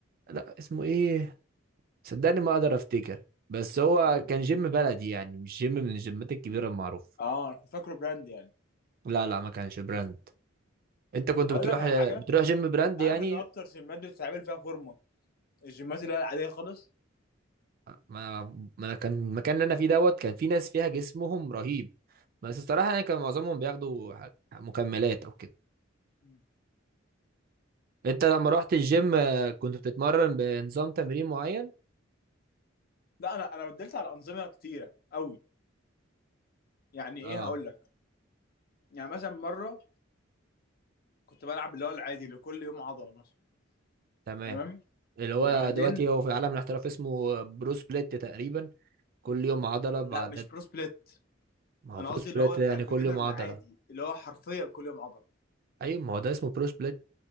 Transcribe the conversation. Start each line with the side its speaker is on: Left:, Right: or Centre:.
Right: لا اسمه ايه صدقني ما اقدر افتكر بس هو
Left: مم.
Right: كان جيم بلدي يعني مش جيم من الجيمات الكبيره المعروفه
Left: اه انا كنت فاكره براند يعني
Right: لا لا ما كانش براند انت كنت
Left: هقول
Right: بتروح
Left: لك على حاجه
Right: بتروح
Left: انت
Right: جيم براند
Left: عارف
Right: يعني
Left: ان اكتر جيمات بتتعمل فيها فورمه الجيمات اللي هي العاديه خالص
Right: ما ما انا كان المكان اللي انا فيه دوت كان في ناس فيها جسمهم رهيب بس الصراحه يعني كان معظمهم بياخدوا ح- مكملات او كده
Left: مم.
Right: انت لما رحت الجيم آه، كنت بتتمرن بنظام تمرين معين
Left: لا انا انا بدلت على انظمه كتيره قوي يعني
Right: اه
Left: ايه هقول لك يعني مثلا مره كنت بلعب اللي هو العادي اللي كل يوم عضله مثلا
Right: تمام
Left: تمام
Right: اللي هو
Left: وبعدين
Right: دلوقتي هو في عالم الاحتراف اسمه برو سبليت تقريبا كل يوم عضله بعدد
Left: لا مش برو سبليت
Right: ما هو
Left: انا
Right: برو
Left: قصدي
Right: سبليت
Left: اللي هو
Right: يعني
Left: بتاع البيجنر
Right: كل يوم
Left: العادي
Right: عضله
Left: اللي هو حرفيا كل يوم عضله
Right: ايوه ما هو ده اسمه برو سبليت